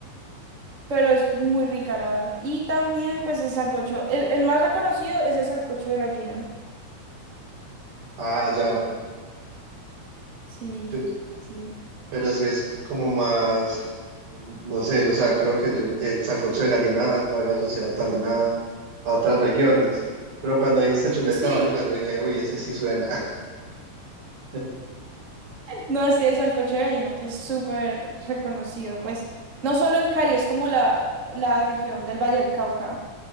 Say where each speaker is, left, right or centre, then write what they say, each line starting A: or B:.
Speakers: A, on the right; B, on the right.
A: Pero es muy rica, la verdad. Y también, pues, el sancocho. El, el más reconocido es el sancocho de gallina.
B: Ah, ya,
A: Sí,
B: pe-
A: sí.
B: pero sí es como más, no sé, o sea, creo que yo el sancocho de gallina lo había asociado también a, a otras regiones. Pero cuando dijiste chuleta
A: Sí,
B: bayona, yo dije, uy, ese sí suena. <laughs>
A: no, sí, el sancocho de gallina que es súper reconocido, pues no solo en Cali, es como la, la región del Valle del Cauca.